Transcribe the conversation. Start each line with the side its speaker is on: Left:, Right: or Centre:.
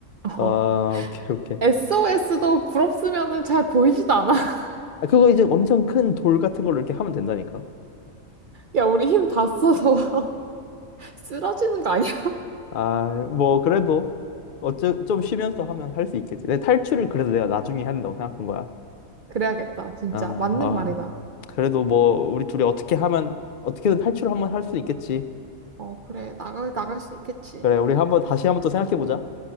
Left: 아,
Right: 어.
Left: 오케이, 오케이.
Right: SOS도 부럽으면은 잘 보이지도 않아. <laughs>
Left: 아, 그거 이제 엄청 큰 돌 같은 걸로 이렇게 하면 된다니까.
Right: 야, 우리 힘 다 써서 <laughs> 쓰러지는 거 아니야?
Left: 아, 뭐, 그래도 어쩌, 좀 쉬면서 하면 할 수 있겠지. 내 탈출을 그래서 내가 나중에 해야 된다고 생각한 거야.
Right: <laughs> 그래야겠다. 진짜.
Left: 아,
Right: 맞는
Left: 아,
Right: 말이다.
Left: 그래도 뭐 우리 둘이 어떻게 하면 어떻게든 탈출을 한번 할 수 있겠지.
Right: 어, 그래. 나가, 나갈 수 있겠지.
Left: 그래, 우리 한번 다시 한번 또 생각해 보자.